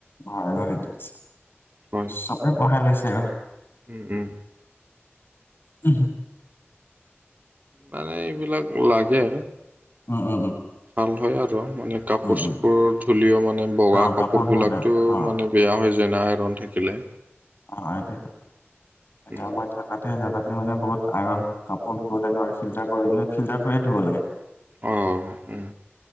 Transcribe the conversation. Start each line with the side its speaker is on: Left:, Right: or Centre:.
Left: ঘৰে ঘৰে দিছে
Right: হয়।
Left: সবেই বহাই লৈছে।
Right: উম উম
Left: উম
Right: মানে এইবিলাক ও লাগে
Left: উম উম উম
Right: ভাল হয় আৰু মানে কাপোৰ
Left: উম
Right: চাপোৰ
Left: উম
Right: ধুলেও মানে বগা
Left: অ
Right: কাপোৰ বিলাকতো
Left: ধুবলে অ অ
Right: মানে বেয়া হৈ যায় না আইৰন থাকিলে।
Left: অ সেইটোৱেইটো এতিয়া
Right: উম,
Left: মই থাকাতে জেগাতে মানে বহুত আইৰণ কাপোৰ ধুবলৈ নোৱাৰি ফিল্টাৰ কৰিলে ফিল্টাৰ কৰিহে ধুব লাগে
Right: উম উম